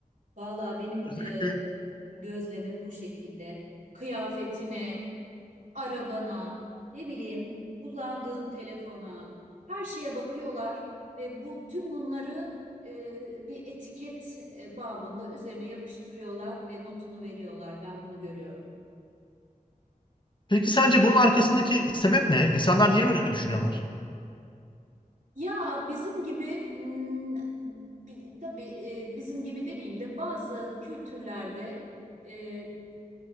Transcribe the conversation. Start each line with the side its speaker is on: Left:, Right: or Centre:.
Right: Valla benim
Left: Özellikle
Right: e, gözlemim bu şekilde. Kıyafetine, arabana, ne bileyim, kullandığın telefona, her şeye bakıyorlar ve bu tüm bunları e, bir etiket e, babında üzerine yapıştırıyorlar ve notunu veriyorlar. Ben bunu görüyorum.
Left: Peki
Right: O
Left: sence
Right: yüzden.
Left: bunun arkasındaki sebep ne? İnsanlar niye böyle düşünüyorlar?
Right: Ya bizim gibi hmm, bi- tabii e, bizim gibi demeyeyim de bazı kültürlerde e,